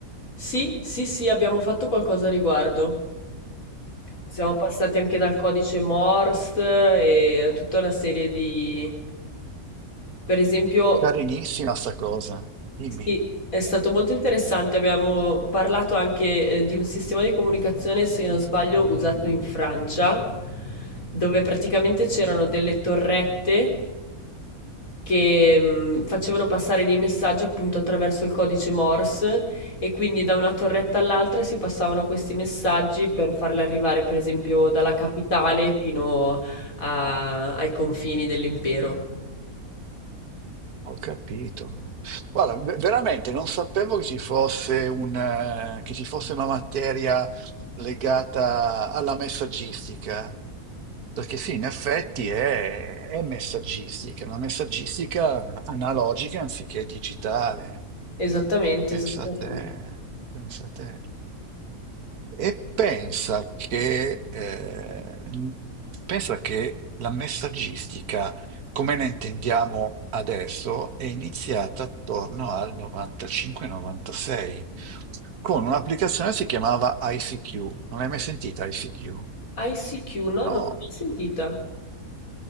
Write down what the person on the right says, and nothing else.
Carinissima sta cosa. Dimmi.
Ho capito. Guarda, ve- veramente non sapevo che ci fosse un, eh, che ci fosse una materia legata alla messaggistica, perché sì, in effetti è, è messaggistica, una messaggistica analogica anziché digitale.
Pensa
a te, pensa a te. E pensa che, eh, pensa che la messaggistica come la intendiamo adesso, è iniziata attorno al 95-96 con un'applicazione che si chiamava ICQ. Non l'hai mai sentita ICQ?
No.